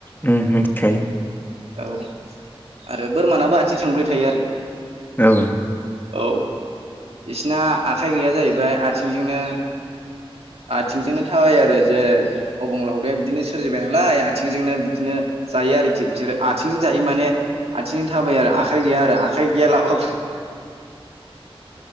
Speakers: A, on the left; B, on the right.
A: उम मिथिखायो,
B: औ आरो बोरमानाबो आथिं सोंबबाय थायो आरो
A: औ
B: औ। बिसिना आखाइ गैया जाहैबाय आथिंजोंनो, आथिंजोंनो थाबाय आरो जे अबंलावदायाया बिदिनो सोरजिबाय नालाय आथिंजोंनो बिदिनो जायो आरोखि बिसोरो आथिंजों जायो माने आथिंजों थाबाय आरो आखाइ गैया आरो आखाइ गैयालाबाबो,